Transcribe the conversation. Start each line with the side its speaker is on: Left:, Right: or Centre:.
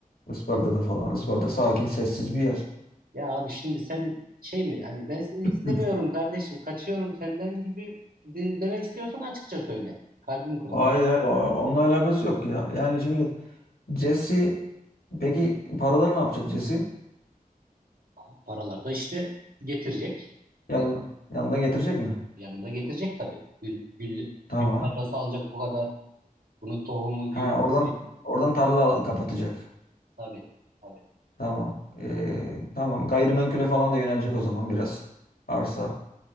Left: Isparta'da falan. Isparta sakin, sessiz bir yer.
Right: Ya abi şimdi sen şey mi? Hani ben seni istemiyorum
Left: Hı.
Right: kardeşim. Kaçıyorum senden gibi de- demek istiyorsan açıkça söyle. Kalbim kırılır.
Left: Hayır, hayır, o- onunla alakası yok ya. Yani şimdi Jesse peki paraları ne yapacak Jesse?
Right: Abi, paralar da işte getirecek.
Left: Yanına,
Right: Ee,
Left: yanına getirecek mi?
Right: yanında getirecek tabii. Gül, gül,
Left: Tamam.
Right: gül parası alacak o kadar. Bunun tohumu, gübresi,
Left: Ha, oradan oradan tarla kapatacak.
Right: tabii, tabii.
Left: Tamam. Ee, tamam. Gayrimenkule falan da yönelecek o zaman biraz. Arsa,